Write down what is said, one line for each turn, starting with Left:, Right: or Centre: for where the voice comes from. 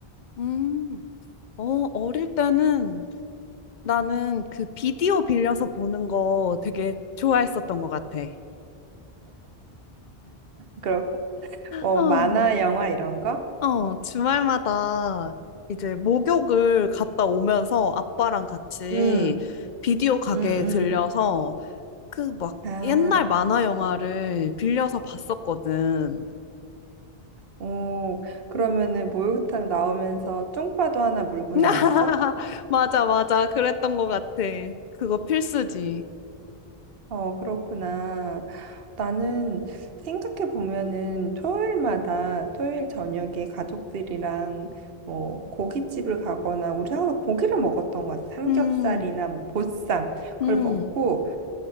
Left: 음, 어, 어릴 때는 나는 그 비디오 빌려서 보는 거 되게 좋아했었던 것 같아.
Right: 그런, 뭐
Left: 어,
Right: 만화, 영화 이런 거?
Left: 어, 주말마다 이제 목욕을 갔다 오면서 아빠랑 같이
Right: 응,
Left: 비디오 가게에
Right: 응,
Left: 들려서 그 막
Right: 응. 아,
Left: 옛날 만화 영화를 빌려서 봤었거든.
Right: 오, 그러면은 목욕탕 나오면서 쫑파도 하나 물고
Left: <laughs>
Right: 나왔어?
Left: 맞아, 맞아. 그랬던 것 같아. 그거 필수지.
Right: 어, 그렇구나. 나는 생각해 보면은 토요일마다 토요일 저녁에 가족들이랑 뭐 고깃집을 가거나 우리 항상 고기를 먹었던 것 같아. 삼겹살이나
Left: 음,
Right: 뭐 보쌈
Left: 음.
Right: 그걸 먹고